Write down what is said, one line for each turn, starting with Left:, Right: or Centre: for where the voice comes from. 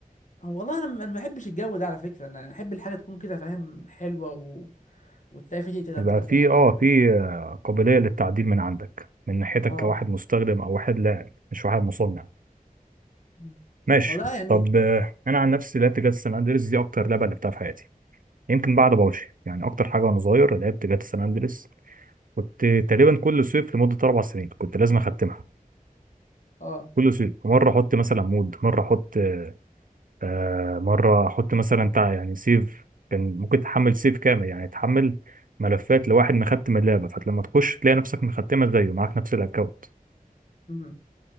Left: هو والله انا ما ما بحبش الجو ده على فكره انا احب الحاجه تكون كده فاهم حلوه و... وتلاقي في شيء تقدر
Right: يبقى
Left: تعدل
Right: في
Left: عليها
Right: اه في
Left: و...
Right: آه، قابلية للتعديل من عندك من ناحيتك
Left: اه
Right: كواحد مستخدم او واحد لاعب مش واحد مصنع
Left: مم.
Right: ماشي
Left: هو ده يعني
Right: طب آه، انا عن نفسي لعبت جاتا سان اندريس دي اكتر لعبة لعبتها في حياتي يمكن
Left: مم.
Right: بعد بابجي يعني اكتر حاجة وانا صغير لعبت جاتا سان اندريس كنت تقريبا كل صيف لمدة اربع سنين كنت لازم اختمها
Left: اه
Right: كل صيف مرة احط مثلا مود مرة احط آه مرة احط مثلا تع- يعني سيف كان ممكن تحمل سيف كامل يعني تحمل ملفات لواحد مختم اللعبة فلما تخش تلاقي نفسك مختمة زيه معاك نفس الاكونت
Left: مم.